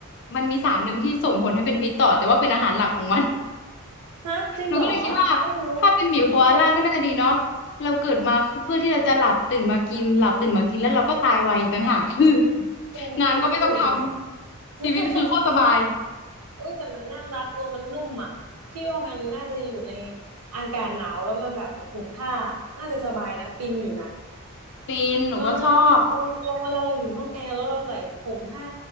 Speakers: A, on the left; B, on the right.
A: มันมีสารหนึ่งที่ส่งผลให้เป็นพิษต่อแต่ว่าเป็นอาหารหลักของมัน
B: ฮะจริงเหรอ
A: หนูก็เลยคิดว่า
B: ต้องรู้
A: ถ้าเป็นหมีโคอาล่าก็น่าจะดีเนาะ
B: ต้องรู้
A: เราเกิดมาเพื่อที่เราจะหลับตื่นมากินหลับตื่นมากินแล้วเราก็ตายไวอีกต่างหาก <laughs> คือ <laughs>
B: เออเราก็เกิดใหม่
A: งานก็ไม่ต้องทำชีวิตคือโคตรสบาย
B: <laughs> อุ้ยแต่มันน่ารักตัวมันนุ่มอ่ะพี่ว่ามันน่าจะอยู่ในอากาศหนาวแล้วมันแบบเหมือนห่มผ้าน่าจะสบายนะฟินอยู่นะ
A: ฟินหนูก็ชอบ
B: ลองนึกลองลองเวลาเราอยู่ห้องแอร์แล้วเราใส่ห่มผ้า